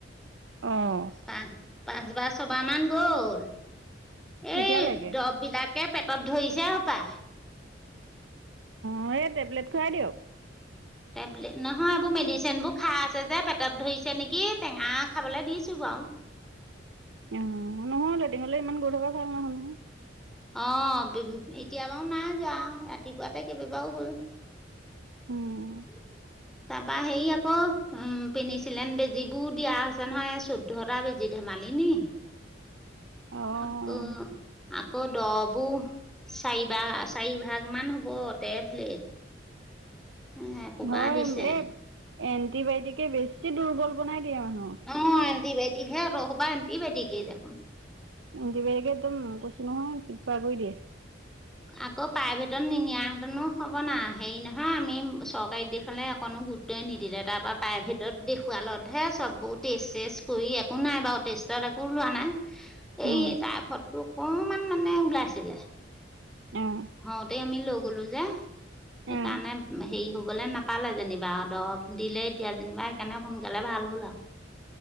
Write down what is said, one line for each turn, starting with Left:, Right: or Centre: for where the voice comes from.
Right: অঁ।
Centre: পাঁচ পাঁচবাৰ ছবাৰ মান গ'ল, এই
Right: এতিয়ালৈকে
Centre: দব বিলাক - কে পেটত ধৰিছে হপাই।
Right: হয়ে টেবলেট খুৱাই দিয়ক।
Centre: টেবলেট নহয় এইবোৰ মেডিচিনবোৰ খাই আছে যে পেটত ধৰিছে নেকি, টেঙা খাবলৈ দিছোঁ বাৰু।
Right: অঁ নহয় লেটিঙলৈ ইমান গৈ থকা ভাল নহয় নহয়।
Centre: অঁ এতিয়া বাৰু নাই যোৱা, ৰাতিপুৱাতে কেইবাবাৰো গ'ল।
Right: উম,
Centre: <unintelligible> তাপা হেৰি আকৌ উম পিনিছিলেন বেজিবোৰ দিয়া হৈছে নহয় চৌ ধটা বেজি ধেমালি নি
Right: অ'
Centre: আকৌ আকৌ দ'বো চাৰিবাগ চাৰিভাগ মান হ'ব টেবলেট এ এসোপা
Right: হয়
Centre: দিছে
Right: এ এণ্টিবায়টিকে বেছি দুৰ্বল বনাই দিয়ে মানুহক
Centre: অ এণ্টিবায়টিক হে অতহোপা এণ্টিবায়টিকেই দেখোন
Right: এণ্টিবায়টিকে একদম কৈছো নহয় কিবা কৰি দিয়ে
Centre: আকৌ প্ৰাইভেটত নিনিয়াহেঁতেনো হ'ব না হেৰি নহয় আমি চৰকাৰীত দেখোৱালে। অকণো গুৰুত্বই নিদিলে তাৰ পৰা প্ৰাইভেটত দেখুৱালতহে চববোৰ টেষ্ট কৰি একো নাই বাৰু টেষ্টত একো উলোৱা নাই।
Right: উম।
Centre: এই তাই ফটো অকমান মানে ওলাইছিলে।
Right: অ'
Centre: হওঁতেই আমি লৈ গলো যে সেইকাৰণে
Right: অ'
Centre: হেৰি শুবলে নাপালে যেনিবা দৱ দিলে এতিয়া যেনিবা সেইকাৰণে সোনকালে ভাল হ'ল আৱ